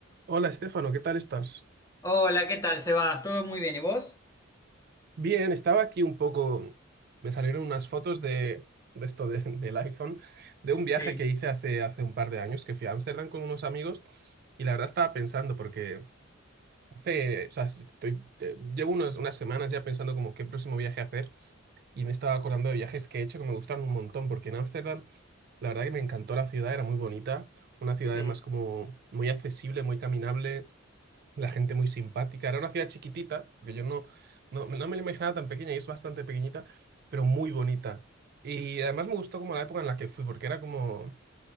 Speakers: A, on the right; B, on the left.
A: Hola, Estefano, ¿qué tal estás?
B: Hola, ¿qué tal, Sebas? ¿Todo muy bien? ¿Y vos?
A: Bien, estaba aquí un poco. Me salieron unas fotos de, de esto de- <laughs> del iPhone, de un viaje
B: Sí,
A: que hice hace, hace un par de años, que fui a Ámsterdam con unos amigos, y la verdad estaba pensando, porque hace, o sea, si estoy, eh, llevo unas, unas semanas ya pensando como qué próximo viaje hacer, y me estaba acordando de viajes que he hecho que me gustaron un montón, porque en Ámsterdam la verdad que me encantó la ciudad, era muy bonita, una ciudad
B: sí.
A: además como muy accesible, muy caminable. La gente muy simpática. Era una ciudad chiquitita, porque yo no, no, no me la imaginaba tan pequeña y es bastante pequeñita, pero muy bonita. Y además me gustó como la época en la que fui, porque era como